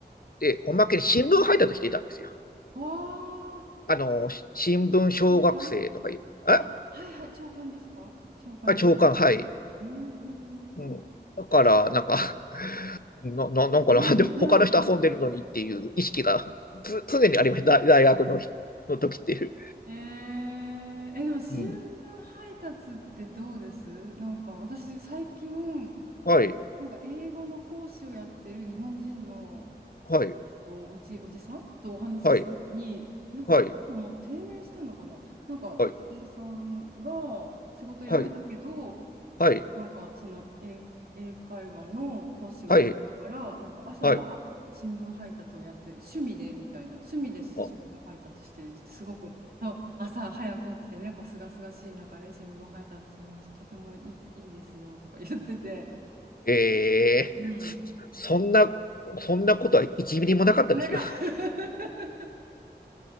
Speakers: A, on the left; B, on the right.
A: で、おまけに新聞配達していたんですよ。
B: わあ、
A: あの、し新聞小学生とかいう、
B: 長官
A: え
B: あ、はいはい、長官ですか長官言うか。
A: あ、長官、はい。
B: おお。
A: うん。だから、なんか <laughs> な、な、なんかな、
B: ありますね、
A: <laughs> でも他の人遊んでるのにっていう意識がつ常にありました。
B: それ。
A: 大大学の日、の時っていう。
B: えー、え、でも新聞配達ってどうですなんか私最近、
A: うん。はい、
B: なんか英語の講師をやってる日本人の
A: はい、
B: えっと、おじ、おじさんとお話ししたときに、
A: はい、
B: なんか彼ももう定年したのかな、
A: はい、
B: なんかおじさんが仕事辞めたけど、
A: はい、はい、はい、
B: なんかその英、英会話の講師をやるから、
A: はい、
B: なんか朝は新聞配達をやってる、
A: はい。
B: 趣味でみたいな、趣味で新聞配達してる、
A: あ、
B: すごく、そう朝早く起きてね、こう、すがすがしい中で新聞配達するのはとてもいい、いいですよとか言ってて、
A: ええ
B: うん。
A: そんな、そんなことは1ミリもなかったですよ。
B: なんか <laughs>